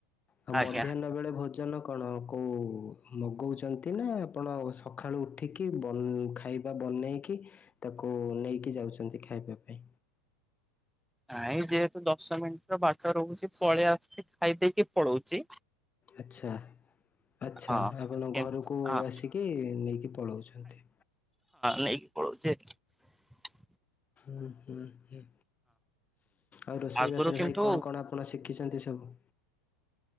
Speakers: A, on the left; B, in the centre.
A: ଆଉ
B: ଆଜ୍ଞା।
A: ମଧ୍ୟାହ୍ନ ବେଳେ ଭୋଜନ କଣ? କୋଉ ମଗଉଛନ୍ତି ନା ଆପଣ ସକାଳୁ ଉଠିକି ଖାଇବା ବନେଇକି? ତାକୁ ନେଇକି ଯାଉଛନ୍ତି ଖାଇବା ପାଇଁ।
B: ନାଇଁ ଯେହେତୁ ଦଶ ମିନିଟ ର ବାଟ ରହୁଛି ପଳେଇ ଆସଛି ଖାଇ ଦେଇେଇକି ପଳଉଛି।
A: ଆଛା ଆଚଛା
B: ହଁ।
A: ଆପଣ
B: କିନ୍ତୁ
A: ଘରକୁ
B: ହଁ
A: ଆସିକି ନେଇକି ପଳାଉଛନ୍ତି।
B: ନ ପଳଛ <unintelligible>
A: ହଁ ହୁଁ ହୁଁ, ଆଉ ରୋଷେଇ
B: ଆଗରୁ
A: ବାସରେ
B: କିନ୍ତୁ
A: ଭାଇ କଣ କଣ ଆପଣ ଶ? ଶିଖିଛନ୍ତି ସବୁ